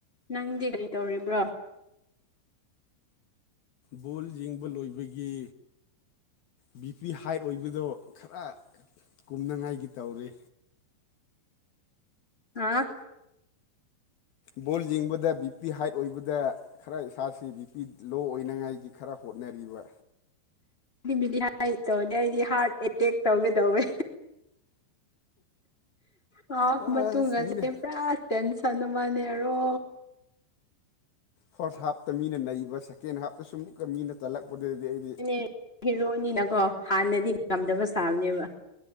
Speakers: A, on the left; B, on the left.
A: ꯅꯪꯗꯤ ꯀꯔꯤ ꯇꯧꯔꯤꯕ꯭ꯔꯣ
B: ꯕꯣꯜ ꯌꯦꯡꯕ ꯂꯣꯏꯕꯒꯤ ꯕꯤ ꯄꯤ ꯍꯥꯏꯠ ꯑꯣꯏꯕꯗꯣ ꯈꯔ ꯀꯨꯝꯅꯉꯥꯏꯒꯤ ꯇꯧꯔꯦ
A: ꯍꯥ
B: ꯕꯣꯜ ꯌꯦꯡꯕꯗ ꯕꯤ ꯄꯤ ꯍꯥꯏꯠ ꯑꯣꯏꯕꯗ ꯈꯔ ꯏꯁꯁꯤ ꯕꯤ ꯄꯤ ꯂꯣ ꯑꯣꯏ ꯊꯅꯉꯥꯏꯒꯤ ꯈꯔ ꯍꯣꯠꯅꯔꯤꯕ
A: ꯗꯤ ꯃꯤꯗꯤ ꯍꯥꯏ ꯇꯧꯅꯦ ꯑꯩꯗꯤ ꯍꯥꯔꯠ ꯑꯦꯇꯦꯛ ꯇꯧꯒꯦꯗꯧꯋꯦ ꯍꯥ
B: ꯑꯁ
A: ꯃꯇꯨꯡꯒꯁꯦ
B: ꯃꯤꯅ
A: ꯄꯨꯔꯥ ꯇꯦꯟꯁꯟ ꯑꯃꯅꯦꯔꯣ
B: ꯐꯥꯔꯠ ꯍꯥꯞꯇ ꯃꯤꯅ ꯅꯩꯕ ꯁꯦꯀꯦꯟ ꯍꯥꯞꯇꯁꯨ ꯑꯃꯨꯛꯀ ꯃꯤꯅ ꯇꯜꯂꯛꯄꯗꯨꯗꯤ ꯑꯩ
A: ꯅꯦ ꯍꯦꯔꯣꯏꯅꯤꯅꯀꯣ ꯍꯥꯟꯅꯗꯤ ꯉꯝꯗꯕ ꯁꯥꯕꯅꯦꯕ